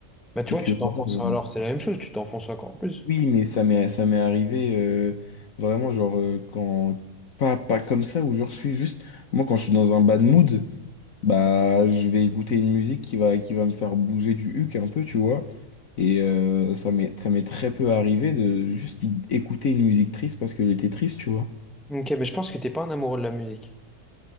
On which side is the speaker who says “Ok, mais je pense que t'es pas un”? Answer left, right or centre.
Centre